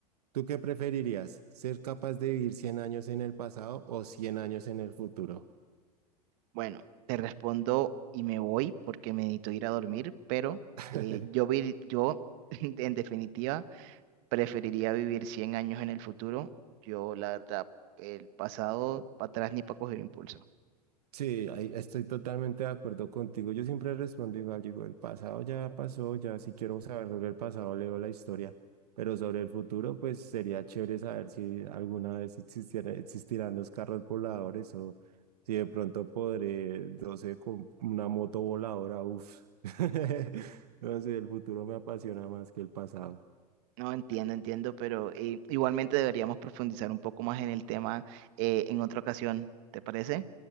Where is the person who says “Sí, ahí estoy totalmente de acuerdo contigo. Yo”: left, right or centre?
Right